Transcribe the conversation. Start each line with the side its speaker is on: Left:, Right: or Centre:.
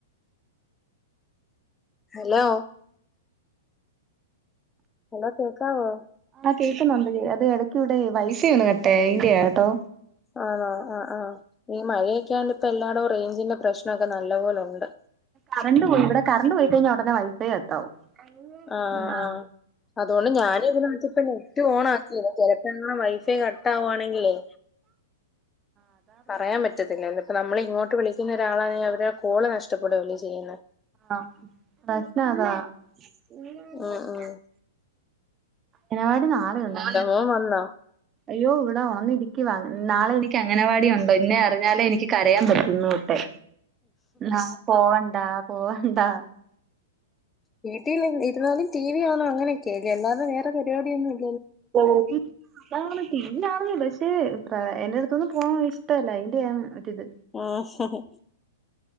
Left: ഹലോ? ഹലോ കേക്കാവോ?
Right: ആ കേൾക്കുന്നുണ്ടടി അത് എട്ക്കിവിടെയ് വൈഫൈ ഒന്ന് കട്ടായി അയിന്റെയാ കേട്ടോ.
Left: ആണോ ആ ആ ഈ മഴയൊക്കൊണ്ട് ഇപ്പ എല്ലാടോ റേഞ്ചിന്റെ പ്രശ്നമൊക്കെ നല്ല പോലൊണ്ട്.
Right: കറണ്ട് പോയി ഇവടെ കറണ്ട് പോയി കയിഞ്ഞാ ഉടനെ വൈഫൈ കട്ടാവും.
Left: ആഹ്
Right: ഉം ആ,
Left: ആഹ് അതൊണ്ട് ഞാനുഇതിനെ ഇപ്പൊ നെറ്റ് ഓൺ ആക്കീനു ചെലപ്പോ ങ്ങളെ വൈഫൈ കട്ട് ആവാണെങ്കിലൈ
Right: അതാ പ്രശ്നം
Left: പറയാൻ പറ്റത്തില്ല നമ്മള്ഇങ്ങോട്ട് വിളിക്കുന്ന ഒരാളാണെ അവരുടെ കോള് നഷ്ടപ്പെടൂല്ലേ ചെയ്യുന്ന
Right: ആഹ് പ്രശ്നതാ <unintelligible>
Left: ഉം ഉം
Right: ഇങ്ങളെ ടെനാളെയുണ്ടോ
Left: ഓൻവന്നോ?
Right: അയ്യോ ഇവിടെ ഉണന്നിരിക്കവാ നാളെ എനിക്ക് അങ്ങനവാടി ഉണ്ടോ ഇന്ന് അറിഞ്ഞാലേ എനിക്ക് കരയാൻ പറ്റുന്നു കട്ടെ നാളെ പോവണ്ടാ പോവണ്ടാ
Left: വീട്ടിൽ ഇരുന്നാലും ടി വി കാണും അങ്ങനൊക്കെല്ല അല്ലാതെവേറെ പരിപാടിയൊന്നും ഇ
Right: <unintelligible> നമ്മൾ തിന്നാപക്ഷെ എന്റ അടുത്തൊന്നും പോവാൻ ഇഷ്ടമല്ല അതിന്റെ യാണ് ഒര്ഇത്
Left: ആഹ് ഹ്